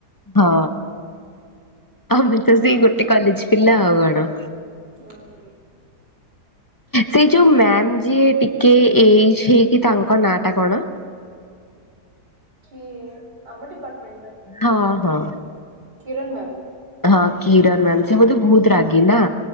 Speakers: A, on the left; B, on the right.
A: ହଁ ଆମେ ତ ସେଇ ଗୋଟେ କଲେଜ ପିଲା ଆଉ କଣ।
B: ଅଁ ହୁଁ।
A: ସେଇ ଯୋଉ ମ୍ୟାାମ୍ ଯିଏ ଟିକେ ଏଜ୍ ହେଇକି ତାଙ୍କ ନାଁ ଟା କଣ?
B: କିଏ? ଆମ ଡିପାର୍ଟମେଣ୍ଟ ରେ?
A: ହଁ ହଁ।
B: କିରନ୍ ମ୍ୟାମ୍।
A: ହଁ କିରନ୍ ମ୍ୟାାମ୍, ସେ ବୋଧେ ବହୁତ ରାଗି ନା।